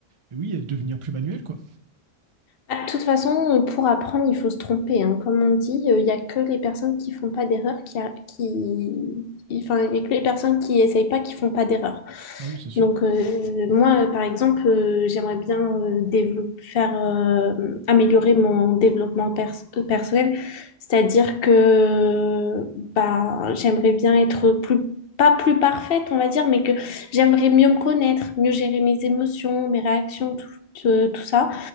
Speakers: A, on the right (about 40°); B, on the left (about 65°).
A: et oui, et devenir plus manuel, quoi.
B: Ah, De toute façon, euh, pour apprendre, il faut se tromper. hein. Comme on dit, euh, il n'y a que les personnes qui font pas d'erreur qui, a- qui... qui- Enfin, il y a que les personnes qui essayent pas qui font pas d'erreur.
A: Ah oui, c'est sûr.
B: Donc, euh, moi, euh, par exemple, euh, j'aimerais bien euh, dévelop- faire, euh, améliorer mon développement pers- euh, personnel. C'est-à-dire que bah, j'aimerais bien être plus, pas plus parfaite, on va dire, mais que j'aimerais mieux me connaître, mieux gérer mes émotions, mes réactions, tout, tout tout ça.